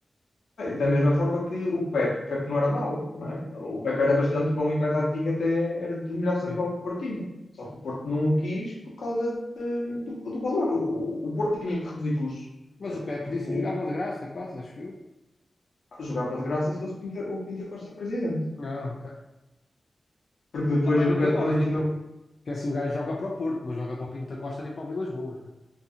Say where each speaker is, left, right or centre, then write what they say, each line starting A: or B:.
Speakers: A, on the left; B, on the left.
A: da mesma forma que o Pepe. O Pepe não era mau, não é? O Pepe era bastante bom e para a idade tinha até era do melhor central
B: é.
A: que o Porto tinha. Só que o Porto não o quis por causa de- do, do valor. O, o Porto tinha que reduzir custos,
B: Mas
A: eh,
B: o Pepe
A: porque
B: disse
A: o-
B: que jogava de graça, quase, acho eu.
A: jogava de graça se fosse Pinta- o Pinta Costa presidente.
B: Ah, ok.
A: Porque depois
B: Também
A: o
B: não
A: Pepe
B: tem lógica.
A: também tinha
B: Porque assim, o gajo joga para o Porto, não joga para o Pinto da Costa nem para o Vilas Boas, né?